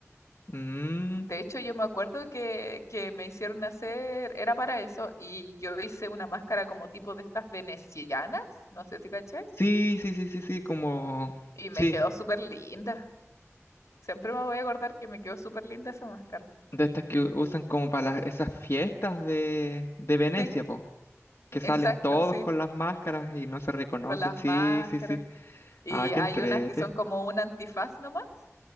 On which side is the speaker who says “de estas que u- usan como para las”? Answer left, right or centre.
Left